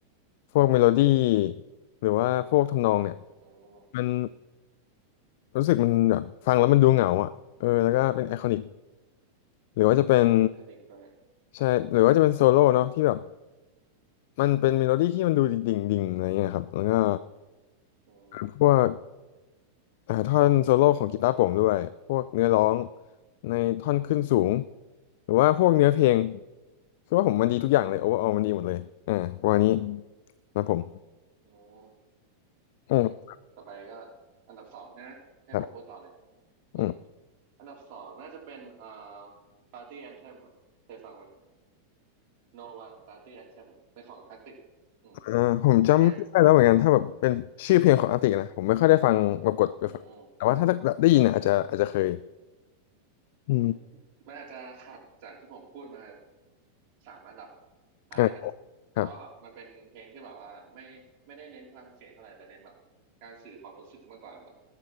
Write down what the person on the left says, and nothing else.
พวกเมโลดี้หรือว่าพวกทำนองเนี่ย
มันรู้สึกมันแบบฟังแล้วมันดูเหงาอ่ะเออแล้วก็เป็นไอคอนิกหรือว่าจะเป็น
ใช่หรือว่าจะเป็นโซโล่เนาะที่แบบมันเป็นเมโลดี้ที่มันดูดิ่งดิ่งอะไรเงี้ยครับแล้วก็
พวกอ่าท่อนโซโล่ของกีตาร์โปร่งด้วยพวกเนื้อร้องในท่อนขึ้นสูงหรือว่าพวกเนื้อเพลงคือว่าผมมันดีทุกอย่างเลยโอเวอร์ออมันดีหมดเลยอ่าประมาณนี้นะผม
อืม
ครับ
อืม
อ่าผมจำไม่ได้แล้วเหมือนกันถ้าแบบเป็นชื่อเพลงของอาตินะผมไม่ค่อยได้ฟังแบบกดไปฟังแต่ว่าถ้าได้ยินเนี่ยอาจจะอาจจะเคย
อืม
อ่าครับ